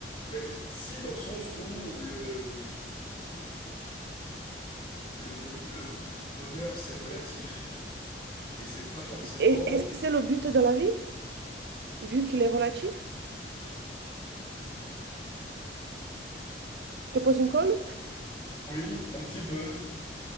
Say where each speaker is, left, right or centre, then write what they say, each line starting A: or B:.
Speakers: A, on the left; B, on the right.
A: Mais si, dans le sens où le, le, bon- le bonheur, c'est relatif. Et c'est pas forcément...
B: Et est-ce que c'est le but de la vie, vu qu'il est relatif? Je te pose une colle?
A: Oui, un petit peu.